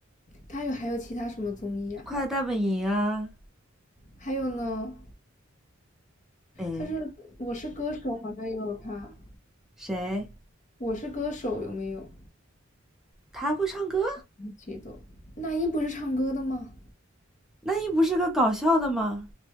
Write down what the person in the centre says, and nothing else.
《快乐大本营》啊，
哎，
谁？
她还会唱歌？
那英不是个搞笑的吗？